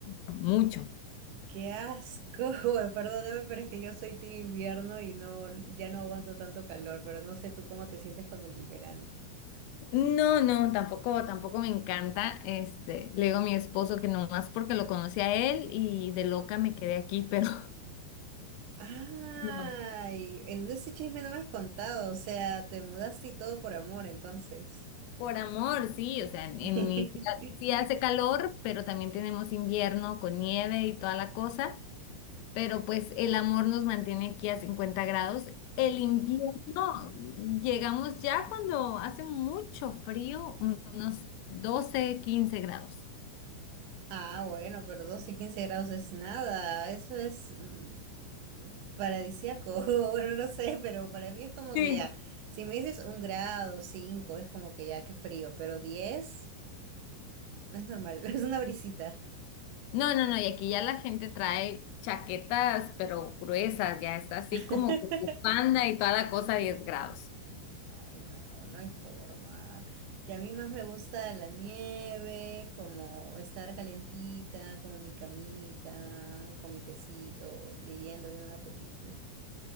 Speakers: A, on the left; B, on the right.
A: mucho.
B: qué asco. <laughs> Bueno, perdóname, pero es que yo soy team invierno y no, ya no aguanto tanto calor, pero no sé tú cómo te sientes con el verano.
A: No, no, tampoco, tampoco me encanta. Este, le digo a mi esposo que nomás porque lo conocí a él y de loca me quedé aquí, pero
B: Ay,
A: <laughs> no.
B: en ese chisme no me has contado, o sea, te mudaste y todo por amor, entonces.
A: Por amor, sí, o sea, en, en
B: <laughs>
A: mi ciudad sí hace calor, pero también tenemos invierno con nieve y toda la cosa. pero pues el amor nos mantiene aquí a 50 grados. El invierno, llegamos ya cuando hace mucho frío, unos 12 15 grados.
B: Ah, bueno, pero 12 15 grados es nada. Eso es mm, paradisíaco. <laughs> Bueno, no sé, pero para mí es como
A: Sí.
B: que ya. Si me dices un grado, cinco, es como que ya, qué frío. Pero 10 es normal, <laughs> es una brisita.
A: No, no, no, y aquí ya la gente trae chaquetas, pero gruesas, ya está así
B: <laughs>
A: como con bufanda y toda la cosa a 10 grados.
B: Ay, no, no hay forma. Que a mí más me gusta la nieve, como estar calentita, como en mi camita, con mi tecito, leyendo, viendo una película.